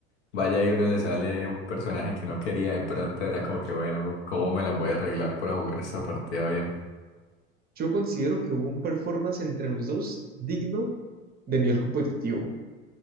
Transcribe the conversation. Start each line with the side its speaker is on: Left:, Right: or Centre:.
Left: vaya y uno le sale un personaje que no quería, de pronto era como que bueno, uy, ¿cómo me las voy a arreglar para jugar esta partida bien?
Right: Yo considero que hubo un performance entre los dos digno de nivel competitivo.